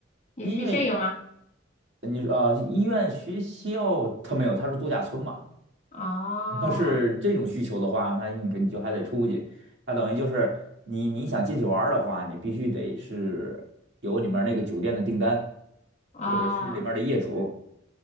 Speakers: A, on the left; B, on the right.
A: 有学校有吗？
B: 音乐你呃医院、学校它没有，它是度假村嘛。
A: 哦
B: 你要是这种需求的话，那你你就还得出去，它等于就是你你想进去玩儿的话，你必须得是有里面那个酒店的订单，
A: 哦，
B: 或者是里面的业主，